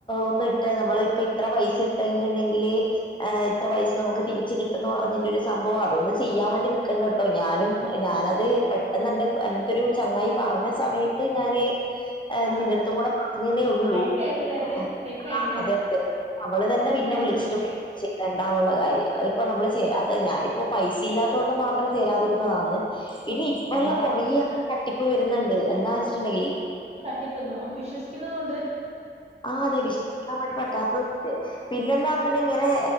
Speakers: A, on the left; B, on the right.
A: ഒന്ന് ഇട്ട നമ്മള് ഇപ്പ ഇത്ര പൈസ ഇട്ട് കഴിഞ്ഞട്ടുണ്ടെങ്കില് ആ ഇത്ര പൈസ നമുക്ക് തിരിച് കിട്ടുന്ന് പറഞ്ഞിട്ട് ഒരു സംഭവം അതൊന്ന് ചെയ്യാൻ വേണ്ടി നൽക്കണ്ട അഹ് ഞാനും ഞാനത് പെട്ടെന്നെന്റെ എന്റടുത്തൊരു ചങ്ങായി പറഞ്ഞ സമയ ത്ത് ഞാനെ
B: ആഹ്
A: നിന്റെ അടുത്തും കൂടെ പറഞ്ഞൂന്നേള്ളു
B: ഫേക്കായിരുന്നുല്ലേ അത്
A: ആഹ്
B: ഫേക്കായിരുന്നുല്ലേ
A: അതെ അതെ അവള് തന്നെ
B: അങ്ങനെ
A: പിന്നെ
B: എത്ര
A: വിളിച്ചിട്ട് ചെയ്യ് രണ്ടാനുള്ള കാര്യം അതിപ്പോ നമ്മള് ചേരാത്തത് ഞാനിപ്പോ പൈസ ഇല്ലാതൊണ്ട് മാത്രം ചേരാതിരുന്നതാണ് ഇനി ഇപ്പെല്ലാം
B: അമ്മോ അങ്ങ
A: കൊറേ തട്ടിപ്പ് വരുന്നുണ്ട് എന്നാ വെച്ചിട്ടുണ്ടെങ്കില്
B: ത്തിപ്പെന്ത് നമക്ക് വിശ്വസിക്കുന്നുന്നതോണ്ട്
A: ആ അതെ വിശ്വസിക്കാൻണ്ടി പറ്റാത്ത ഉണ്ടേ പിന്നെന്താ പറഞ്ഞിട്ടുണ്ട ഇങ്ങനെ